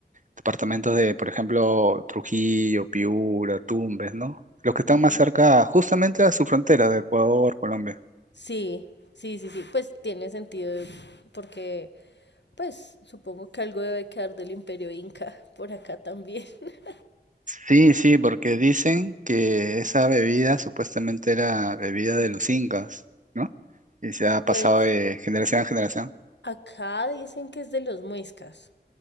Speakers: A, on the right; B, on the left.
A: departamentos de, por ejemplo, Trujillo, Piura, Tumbes, ¿no? Los que están
B: Ujú.
A: más cerca, justamente a su frontera de Ecuador, Colombia.
B: Sí, sí, sí, sí, pues tiene sentido porque pues supongo que algo debe quedar del Imperio Inca <laughs> por acá también. <laughs>
A: Sí, sí, porque dicen que esa bebida supuestamente era bebida de los incas, ¿no? Y se ha pasado
B: Pues
A: de generación a generación.
B: acá dicen que es de los muiscas,